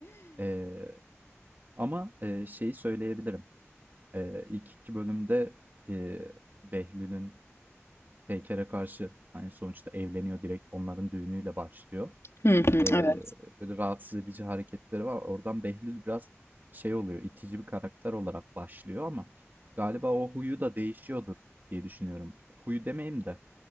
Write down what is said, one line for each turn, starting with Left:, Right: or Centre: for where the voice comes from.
Right: Eee, ama eee, şeyi söyleyebilirim. Eee ilk iki bölümde eee Behlül'ün Peyker'e karşı hani sonuçta evleniyor direkt onların düğünüyle başlıyor.
Left: Hı hı,
Right: Eee,
Left: evet.
Right: böyle rahatsız edici hareketleri var. Oradan Behlül biraz şey oluyor, itici bir karakter olarak başlıyor ama galiba o huyu da değişiyordur diye düşünüyorum. Huyu demeyeyim de